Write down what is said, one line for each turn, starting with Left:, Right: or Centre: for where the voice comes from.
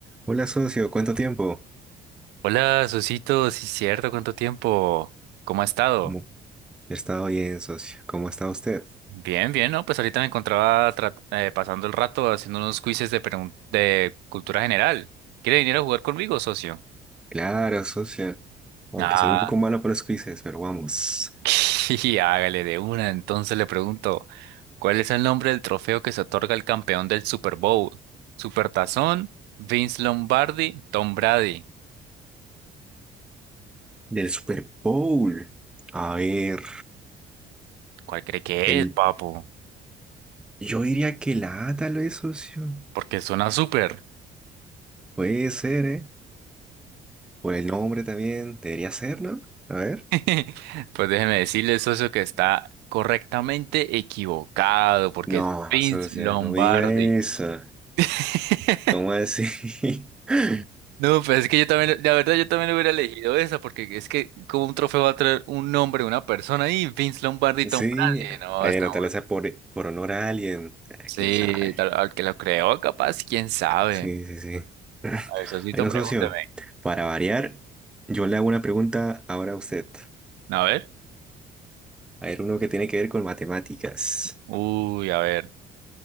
Centre: Hola socio, ¿cuánto tiempo?
Right: Hola, Susito, sí, cierto, ¿cuánto tiempo? ¿Cómo ha estado?
Centre: ¿Cómo he estado bien, socio? ¿Cómo está usted?
Right: Bien, bien, ¿no? Pues ahorita me encontraba tra- eh, pasando el rato haciendo unos quizzes de, pregun- de cultura general. ¿Quiere venir a jugar conmigo, socio?
Centre: Claro, socio. Aunque
Right: Ah,
Centre: soy un poco malo para los quizzes, pero vamos.
Right: <laughs> y hágale de una. Entonces le pregunto, ¿cuál es el nombre del trofeo que se otorga al campeón del Super Bowl? ¿Supertazón, Vince Lombardi, Tom Brady?
Centre: Del Super Bowl. A ver,
Right: ¿Cuál cree que
Centre: el...
Right: es, papo?
Centre: yo diría que la A tal vez, socio.
Right: Porque suena súper.
Centre: Puede ser, ¿eh? Por el nombre también. Debería ser, ¿no? A ver.
Right: <laughs> Pues déjeme decirle, socio, que está correctamente equivocado, porque
Centre: No,
Right: es Vince
Centre: socio,
Right: Lombardi.
Centre: no me diga eso.
Right: <laughs>
Centre: ¿Cómo así? <laughs>
Right: No, pues es que yo también, la verdad, yo también hubiera elegido esa, porque es que como un trofeo va a traer un nombre, una persona ahí, Vince Lombardi, y
Centre: Sí.
Right: Tom Brady. No,
Centre: Bueno,
Right: está
Centre: tal
Right: bueno.
Centre: vez sea por, por honor a alguien. Eh,
Right: Sí,
Centre: ¿Quién sabe?
Right: tal, al que lo creó, capaz, quién sabe.
Centre: Sí, sí, sí. <clears throat>
Right: A ver, socito,
Centre: Bueno,
Right: pregúnteme.
Centre: socio, para variar, yo le hago una pregunta ahora a usted.
Right: A ver.
Centre: A ver, uno que tiene que ver con matemáticas.
Right: Uy, a ver.